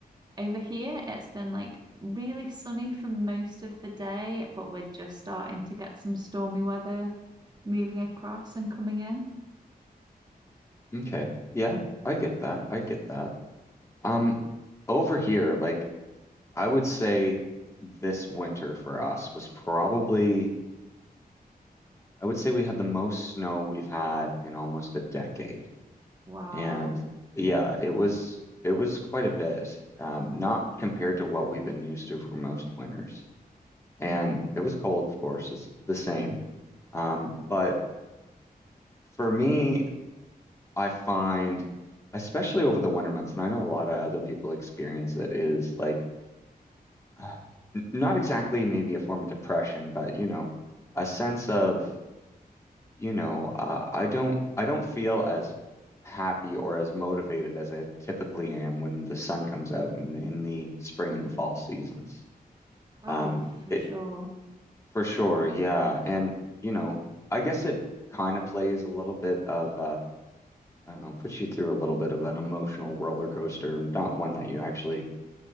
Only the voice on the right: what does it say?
over here it's been like really sunny for most of the day but we're just starting to get some stormy weather moving across and coming in
wow
Mm.
oh
for
sure